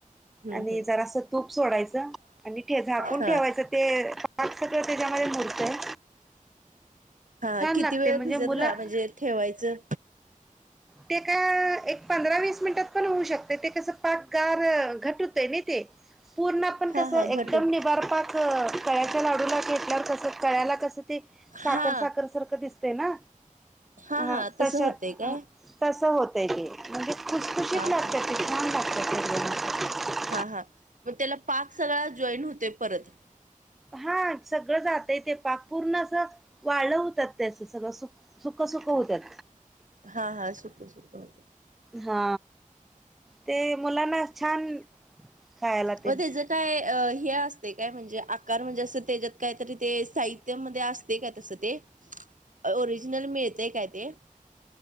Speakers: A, on the right (about 65°); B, in the centre.
A: हम्म
B: आणि
A: हम्म
B: जरासं तूप सोडायचं आणि ठे झाकून
A: हा
B: ठेवायचं ते <inaudible> त्याच्यामध्ये मूरतय
A: हा किती
B: लागते
A: वेळ
B: म्हणजे
A: भिजत
B: मुलं
A: घा म्हणजे ठेवायचं?
B: ते का एक पंधरा वीस मिनिटात पण होऊ शकते ते कसं पाक गार घट्ट होतय नाही ते पूर्ण पण
A: हा
B: कस
A: हा
B: एकदम
A: घटून
B: निबार पाक कळ्याच्या लाडूला घेतल्यावर कस कळ्याला कसं ते साखर
A: हा
B: साखर सारखं दिस ते ना
A: हा
B: ह
A: हा
B: तशं
A: तसं होतंय काय
B: तसं होतय ते म्हणजे खुशखुशीत
A: हा
B: लागत
A: हा
B: ते छान लागतात ते
A: हा हा मग त्याला पाक सगळा जॉईन होतोय परत
B: हा सगळं जातय ते पाक पूर्ण असं वाळं होत्यात ते असं सगळं सुख सुखं सुखं होत्यात.
A: हा हा सुखं सुखं.
B: हा ते मुलांना छान खायला तेन
A: व त्याचं काय हे असतय काय म्हणजे आकार म्हणजे असं त्याच्यात कायतरी ते साहि त्य मध्ये असते काय तसं ते ओरिजिनल मिळतय काय ते?